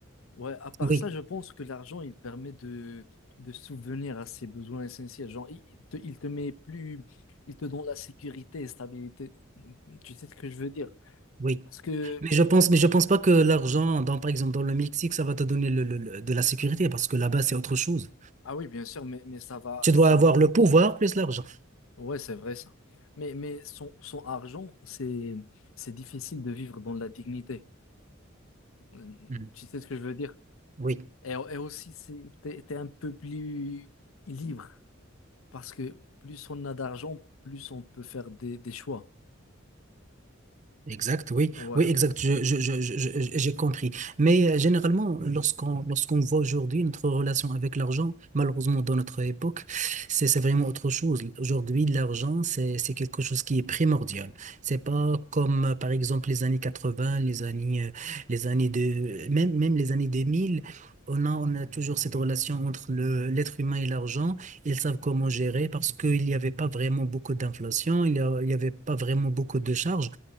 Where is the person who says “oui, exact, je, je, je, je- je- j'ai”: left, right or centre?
Right